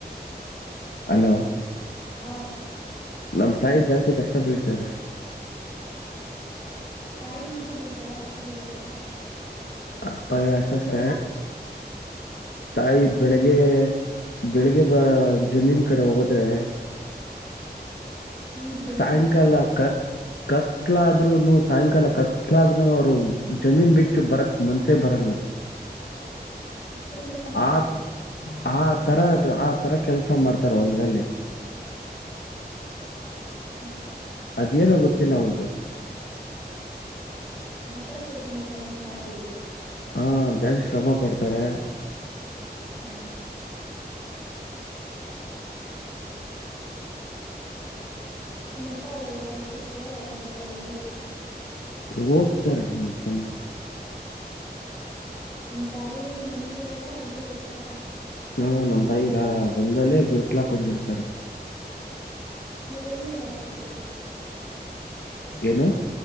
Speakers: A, on the left; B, on the left.
A: ಅಲೋ
B: ಆ
A: ನಮ್ ತಾಯಿ ಜಾಸ್ತಿ ಕಷ್ಟ ಬೀಳ್ತಾರ
B: ತಾಯಿ ಮಾತ್ರ ಬೀಳ್ತಾರ ಅಪ್ಪ ಬೀಳಲ್ವಾ
A: ಅಪ್ಪ ನು ವರ್ಷ ಅಷ್ಟ ತಾಯಿ ಬೆಳಿಗ್ಗೆ ಬೆಳಿಗ್ಗೆ ಬ ಜಮೀನ್ ಕಡೆ ಹೋಗದ್ರೆ
B: ನಿಮ್ಗೆ ಜಮೀನ್
A: ಸಾಯಂಕಾಲ
B: ಕೂಡ ಇದ್ಯಾ
A: ಕತ್ ಕತ್ಲಾಆದ್ರೂನು ಸಾಯಂಕಾಲ ಕತ್ಲಾಆದ್ರೂನು ಅವ್ರು ಜಮೀನ್ ಬಿಟ್ಟು ಬರಕ್ ಮನ್ಸೇ ಬರಲ್ಲ
B: ಅಷ್ಟೊಂದ್ ಕೆಲ್ಸ ಮಾಡ್ತಾರ
A: ಆ ಆ ತರ ಆ ತರ ಕೆಲ್ಸ ಕೆಸ ಮಾಡ್ತಾರ ಅಲ್ದಲ್ಲಿ
B: ಹ್ಮ್
A: ಅದೇನ ಗೊತ್ತಿಲ್ಲ ಅವ್ರ್ದು
B: ಆತರ ಕೆಲ್ಸ ಮಾಡ್ತಾರ ನಿನ್ ತಾಯಿ
A: ಹಾ ಜಾಸ್ತಿ ಶಭ ಪಡ್ತರೆ ಹೇ
B: ಹ್ಮ್ ನಿಮ್ಮಪ್ಪ ಹೋಗಲ್ಲ ಕೆಲ್ಸಕ್ಕೆ ಅಂದ್ರೆ ಹೊಲದಲ್ಲಿ
A: ಹೋಗ್ತಾರ ನಮ ಹೊಲ
B: ನಿಮ್ ತಾಯಿ ಮನೆಯಲ್ಲೇ ಇರಲ್ಲ ಹೊಲ್ದಲ್ಲೇ ಇರ್ತಾರ
A: ಹಾ ನಮ ತಾಯಿರಾ ಹೊಲ್ದಲ್ಲೇ ಗುಡಸ್ಲಾಕೊಂಡಿರ್ತಾರ
B: ಅಂದ್ರೆ ಏನ್ ಬೆಳೆ ಹಾಕಿದ್ದೀರಾ
A: ಏನು